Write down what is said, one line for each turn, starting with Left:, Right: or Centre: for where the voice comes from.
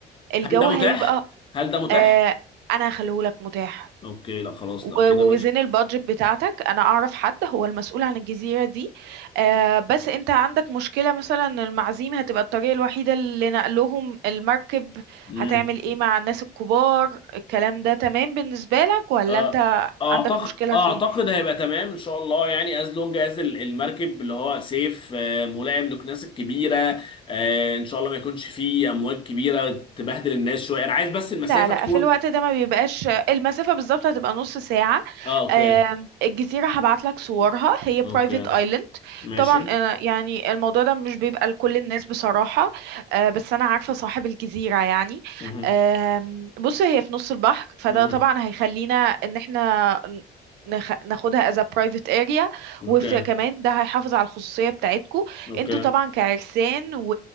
Right: الجو
Left: هل ده متاح
Right: هيبقى
Left: هل ده متاح
Right: آه انا هخليهولك متاح
Left: اوكي لا خلاص
Right: و-
Left: لو كده
Right: ووزن البادجت بتاعتك انا اعرف حد هو المسؤول عن الجزيرة دي آه بس انت عندك مشكلة مثلا إن المعازيم هتبقى الطريقة الوحيدة اللي نقلهم المركب
Left: ماشي
Right: هتعمل ايه مع الناس الكبار الكلام ده تمام بالنسبة لك ولا
Left: آه،
Right: انت
Left: اعتقد
Right: عندك مشكلة
Left: اعتقد
Right: فيها
Left: هيبقى تمام ان شاء الله يعني از لونج از المركب اللي هو سيف آه، ملائم للناس الكبيره آه، ان شاء الله ما يكونش فيه امواج كبيره تبهدل الناس شويه انا عايز بس المسافه
Right: لا لا
Left: تكون
Right: في الوقت ده ما بيبقاش المسافة بالظبط هتبقى نص ساعة
Left: اه اوكي
Right: آم، الجزيرة هبعت لك صورها هي
Left: اوكي
Right: برايفت ايلاند
Left: ماشي
Right: طبعا آه، يعني الموضوع ده مش بيبقى لكل الناس بصراحة آه، بس أنا عارفة صاحب الجزيرة يعني
Left: مه.
Right: آم، بص هي في نص البحر فده
Left: مه.
Right: طبعا هيخلينا إن احنا نخ... ناخدها as a private area
Left: اوكي
Right: وكمان ده هيحافظ على الخصوصية بتاعتكو
Left: اوكي
Right: انتوا طبعا كعرسان